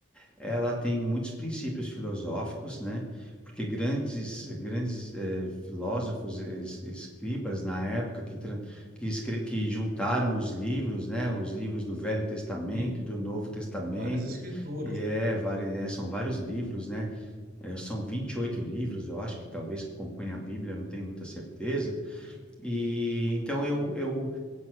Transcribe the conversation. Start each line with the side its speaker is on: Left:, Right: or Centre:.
Centre: Ela tem muitos princípios filosóficos, né? Porque grandes grandes eh, filósofos, es- escribas na época que tran- que, escre- que juntaram os livros, né? Os livros do Velho Testamento
Right: sim,
Centre: e do Novo Testamento.
Right: várias escrituras,
Centre: E
Right: né?
Centre: é, vari- eh, são vários livros, né? É, são 28 livros, eu acho que talvez que compõem a Bíblia, eu não tenho muita certeza. E então eu eu